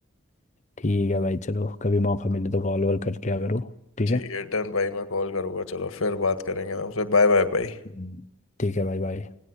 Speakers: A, on the left; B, on the left.
A: ठीक है भाई चलो कभी मौका मिले तो कॉल वॉल कर लिया करो ठीक
B: ठीक
A: है
B: है डन भाई मैं कॉल करूँगा चलो फिर बात करेंगे तुमसे बाय बाय भाई
A: हम्म। ठीक है भाई बाय